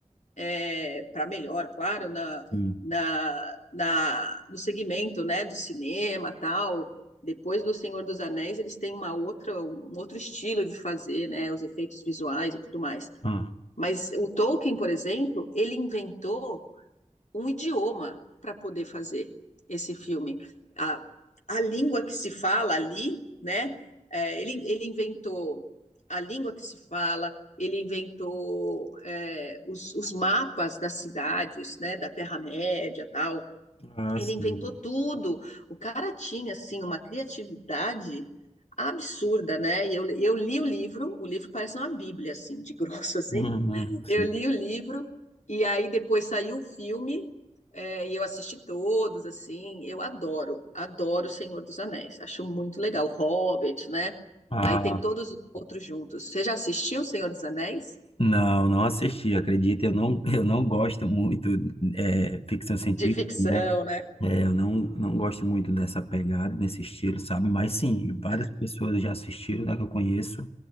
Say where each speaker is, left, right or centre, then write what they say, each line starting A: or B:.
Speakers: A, on the left (about 75°); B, on the left (about 50°).
A: é, para melhor, claro, na,
B: Sim.
A: na, na, no segmento, né, do cinema, tal. Depois do Senhor dos Anéis, eles têm uma outra, um outro estilo de fazer, né, os efeitos visuais e tudo mais.
B: Uhum. Ah,
A: Mas o Tolkien, por exemplo, ele inventou um idioma para poder fazer esse filme. A, a língua que se fala ali, né? É, ele, ele inventou a língua que se fala, ele inventou é, os, os, mapas das cidades, né, da Terra-média e tal.
B: Ah,
A: Ele
B: sim.
A: inventou tudo. O cara tinha, assim, uma criatividade absurda, né? E eu, eu li o livro, o livro parece uma bíblia, assim, de <laughs> grosso, assim,
B: Uhum. Sim.
A: eu li o livro e aí depois saiu o filme é, e eu assisti todos, assim. Eu adoro, adoro O Senhor dos Anéis. Acho muito legal. Hobbit, né?
B: Ah,
A: Aí tem todos os outros juntos. Você já assistiu O Senhor dos Anéis?
B: não, não assisti, acredita, eu não, eu não gosto muito é, ficção científica,
A: De ficção,
B: né?
A: né?
B: É, eu não, não gosto muito dessa pegada, desse estilo, sabe? Mas sim, várias
A: <laughs>
B: pessoas já assistiram, né, que eu conheço,